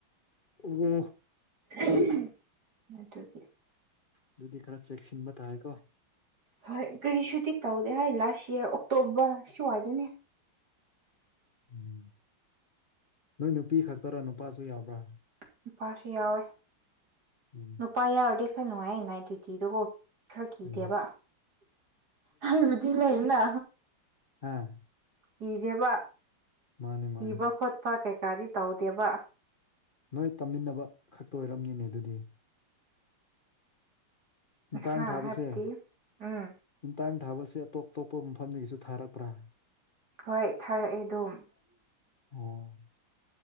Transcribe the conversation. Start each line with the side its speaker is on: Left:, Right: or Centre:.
Left: ꯑꯣ
Right: <unintelligible>
Left: ꯑꯗꯨꯗꯤ ꯈꯔ ꯆꯦꯛꯁꯤꯟꯕ ꯇꯥꯏꯀꯣ
Right: ꯍꯣꯏ ꯀꯔꯤꯁꯨꯗꯤ ꯇꯧꯗꯦ ꯍꯥꯏ ꯂꯥꯁ ꯏꯌꯥꯔ ꯑꯣꯛꯇꯣꯕꯔ ꯁꯨꯋꯥꯏꯗꯅꯦ
Left: ꯎꯝ ꯅꯣꯏ ꯅꯨꯄꯤ ꯈꯛꯇꯔ ꯅꯨꯄꯥꯁꯨ ꯌꯥꯎꯕ꯭ꯔꯥ
Right: ꯅꯨꯄꯥꯁꯨ ꯌꯥꯎꯋꯦ
Left: ꯎꯝ
Right: ꯄꯥ ꯌꯥꯎꯔꯗꯤ ꯈꯔ ꯅꯨꯡꯉꯥꯏꯌꯦ ꯅꯥꯏꯠ ꯗ꯭ꯌꯨꯇꯤꯗꯨꯒꯣ ꯈꯔ ꯀꯤꯗꯦꯕ
Left: ꯎꯝ
Right: ꯍꯥꯏꯕꯨꯗꯤ ꯂꯩꯅ
Left: ꯍꯥꯥ
Right: ꯀꯤꯗꯦꯕ
Left: ꯃꯥꯅꯦ
Right: ꯀꯤꯕ
Left: ꯃꯥꯅꯦ
Right: ꯈꯣꯠꯄ ꯀꯩꯀꯥꯗꯤ ꯇꯧꯗꯦꯕ
Left: ꯅꯣꯏ ꯇꯝꯃꯤꯟꯅꯕ ꯈꯛꯇ ꯑꯣꯏꯔꯝꯅꯤꯅꯦ ꯑꯗꯨꯗꯤ ꯏꯟꯇ꯭ꯔꯟ
Right: ꯍꯥ
Left: ꯊꯥꯕꯁꯦ
Right: ꯍꯥꯏꯕꯗꯤ ꯎꯝ
Left: ꯏꯟꯇ꯭ꯔꯟ ꯊꯥꯕꯁꯦ ꯑꯇꯣꯞ ꯑꯇꯣꯞꯄ ꯃꯐꯝꯗꯒꯤꯁꯨ ꯊꯥꯔꯛꯄ꯭ꯔꯥ
Right: ꯍꯣꯏ ꯊꯥꯔꯛꯑꯦ ꯗꯨꯝ
Left: ꯑꯣ